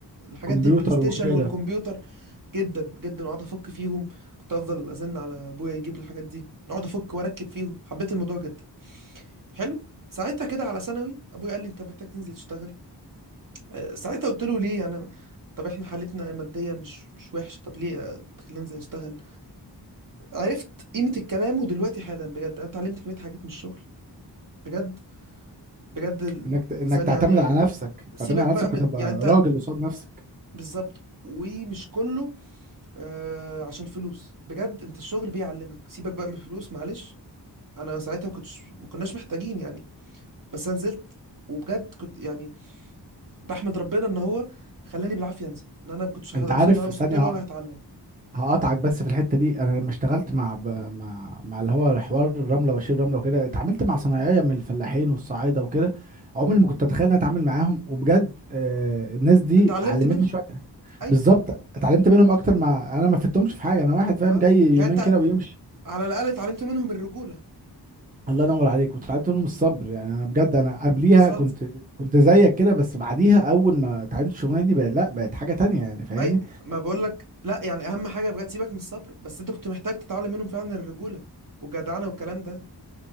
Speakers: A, on the right; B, on the right.
A: الحاجات
B: الكمبيوتر
A: دي البلاي ستيشن
B: وكده
A: والكمبيوتر جدا جدا واقعد افك فيهم كنت افضل ازن على ابويا يجيب لي الحاجات دي اقعد افك واركب فيهم حبيت الموضوع جدا حلو ساعتها كده على ثانوي ابويا قال لي انت محتاج تنزل تشتغل آه، ساعتها قلت له ليه انا طب احنا حالتنا ماديه مش مش وحشه طب ليه آه، تخليني انزل اشتغل عرفت قيمه الكلام ودلوقتي حالا بجد انا اتعلمت كميه حاجات من الشغل بجد بجد الانسان
B: انك ت- انك تعتمد
A: يعني
B: على
A: آه،
B: نفسك
A: سيبك
B: تعتمد على نفسك
A: بقى من
B: وتبقى
A: يعني انت
B: راجل قصاد نفسك
A: بالظبط ومش كله آه عشان فلوس بجد انت الشغل بيعلمك سيبك بقى من الفلوس معلش انا ساعتها ما كنتش ما كناش محتاجين يعني بس انا نزلت وبجد كنت يعني بحمد ربنا ان هو خلاني بالعافيه انزل ان انا ما كنتش هوصل
B: انت عارف
A: اللي انا وصلت
B: ثانيه
A: له ولا هتعلم
B: هقطعك بس في الحته دي انا لما اشتغلت مع ب... مع مع اللي هو حوار الرمله وشيل الرمله وكده اتعاملت مع صنايعيه من الفلاحين والصعايده وكده عمري ما كنت اتخيل اني اتعامل معاهم وبجد آه الناس دي
A: اتعلمت
B: علمتني
A: منهم
B: شويه
A: ايوه
B: بالظبط اتعلمت منهم اكتر ما انا ما فدتهمش في حاجه انا واحد فاهم
A: ما
B: جاي يومين
A: يعني انت
B: كده ويمشي
A: على الاقل اتعلمت منهم الرجوله
B: الله ينور عليك واتعلمت منهم الصبر يعني انا بجد انا قبليها
A: بالظبط
B: كنت كنت زيك كده بس بعديها اول ما اتعلمت الشغلانه دي بقى لا بقت حاجه تانية يعني فاهمني
A: اي ما بقول لك لا يعني اهم حاجه بجد سيبك من الصبر بس انت كنت محتاج تتعلم منهم فعلا الرجوله والجدعنه والكلام ده